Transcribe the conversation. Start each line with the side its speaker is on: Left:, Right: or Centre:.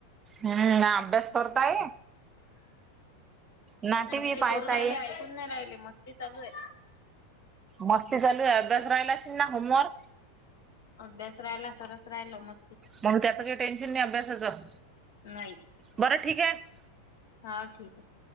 Right: हम्म ना अभ्यास करताय ना टी
Left: मस्ती
Right: व्ही पाहताय
Left: करू राहिला ऐकू च नाही राहिले मस्ती चालू आहे.
Right: मस्ती चालू झाली अभ्यास राहिला असेल ना होमवर्क?
Left: अभ्यास राहिला सगळंच राहिलं मग
Right: म्हणून त्याचं काही टेन्शन नाही अभ्यासाचं
Left: नाही
Right: बरं ठीक आहे
Left: हा ठीक आहे